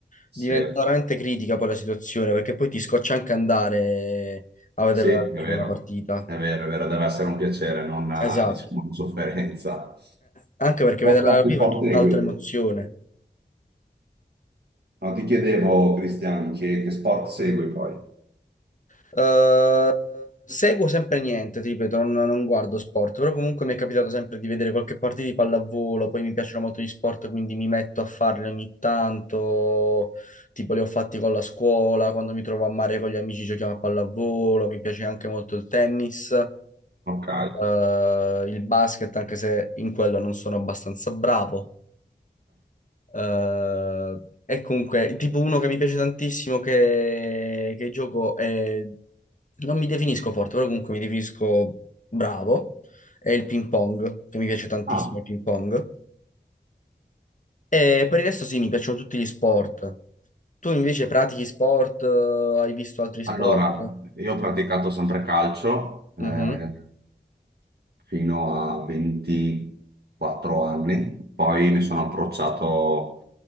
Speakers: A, on the right (about 65°); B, on the left (about 45°).
A: sì,
B: Diventa veramente critica poi la situazione, perché poi ti scoccia anche andare a vederla
A: sì, è
B: dal
A: vero,
B: vivo la partita.
A: è vero, è vero, deve essere un piacere, non, eh,
B: Esatto.
A: diciamo, una sofferenza.
B: Anche perché
A: Poi
B: vederla
A: che altri
B: dal vivo
A: sport
B: è tutt'altra
A: segui?
B: emozione.
A: No, ti chiedevo, Cristian, che, che sport segui poi?
B: Eh, seguo sempre niente, ti ripeto, non, non guardo sport, però comunque mi è capitato sempre di vedere qualche partita di pallavolo, poi mi piacciono molto gli sport, quindi mi metto a farli ogni tanto, tipo li ho fatti con la scuola, quando mi trovo a mare con gli amici giochiamo a pallavolo, mi piace anche molto il tennis,
A: Ok.
B: eh, il basket, anche se in quello non sono abbastanza bravo. Eh, e comunque, tipo uno che mi piace tantissimo che, che gioco è... Non mi definisco forte, però comunque mi definisco bravo. È il ping pong, che mi piace tantissimo
A: Ah,
B: il ping pong. E per il resto sì, mi piacciono tutti gli sport. Tu invece pratichi sport? eh, Hai visto altri
A: allora,
B: sport?
A: io ho praticato sempre calcio eh,
B: Mhm.
A: fino a 24 anni, poi mi sono approcciato